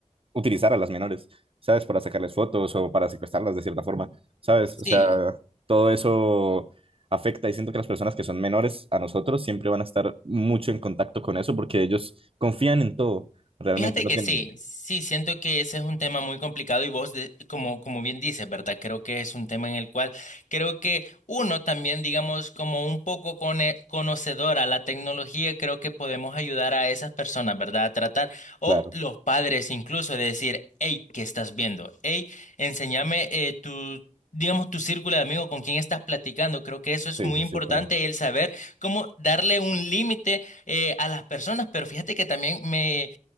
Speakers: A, on the right (about 45°); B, on the left (about 75°).
A: utilizar a las menores, ¿sabes? Para sacarles fotos o para secuestrarlas de cierta forma, ¿sabes?
B: Sí,
A: O sea, todo eso afecta y siento que las personas que son menores a nosotros siempre van a estar mucho en contacto con eso porque ellos confían en todo, realmente
B: Fíjate
A: no
B: que
A: tienen...
B: sí, sí, siento que ese es un tema muy complicado y vos, de- como, como bien dices, ¿verdad? Creo que es un tema en el cual creo que uno también, digamos, como un poco cone- conocedor a la tecnología, creo que podemos ayudar a esas personas, ¿verdad? A tratar, o
A: Claro,
B: los padres incluso, de decir, hey, ¿qué estás viendo? Hey, enséñame eh, tu... digamos, tu círculo de amigos con quién estás platicando. Creo que eso es
A: sí,
B: muy
A: sí,
B: importante,
A: sí, claro,
B: el saber cómo darle un límite eh, a las personas, pero fíjate que también me,